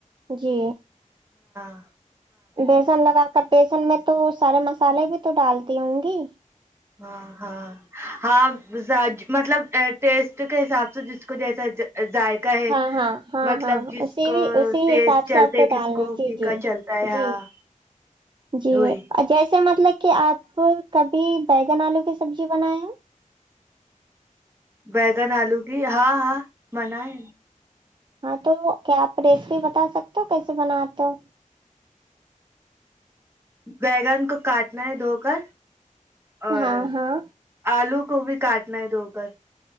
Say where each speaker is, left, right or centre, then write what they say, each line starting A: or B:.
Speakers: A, on the right (about 35°); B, on the right (about 20°).
A: جی
B: ہ
A: بیسن لگا کر بیسن میں تو سارے مسالے بھی تو ڈالتی ہوں گی
B: ہاں ہاں ہاں مطلب ٹیسٹ کے حساب سے جس کو جیسا ذائقہ ہے
A: ہاں ہاں ہاں
B: مطلب
A: ہاں
B: جس
A: اسی
B: کو
A: بھی اسی
B: تیز
A: حساب
B: چلتے
A: سے آپ کو ڈالنا
B: کس
A: ہے جی
B: پھیکا
A: جی
B: چلتا ہے ہاں
A: جی جی
B: وہی
A: جیسے مطلب کہ آپ کبھی بیگن آلو کی سبزی بنائے ہو
B: بیگن آلو کی ہاں ہاں من ہے
A: ہاں تو کیا آپ ریسیپی بتا سکتے ہو کیسے بناتے ہو
B: بیگن کو کاٹنا ہے دھو کر اور
A: ہاں ہاں
B: آلو کو بھی کاٹنا ہے دوگر